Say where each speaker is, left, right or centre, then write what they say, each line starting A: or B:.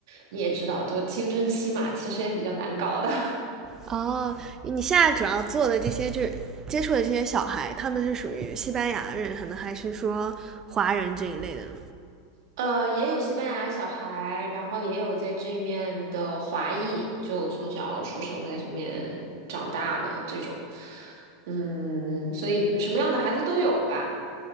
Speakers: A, on the right; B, on the right.
A: 你也知道，都青春期嘛，其实也比较难搞的。<laughs>
B: 哦，你现在主要做的这些就是接触的这些小孩，他们是属于西班牙人，可能还是说华人这一类的呢
A: 呃，也有西班牙小孩，然后也有在这面的华裔，就从小出生在这面长大的这种，嗯，所以什么样的孩子都有吧，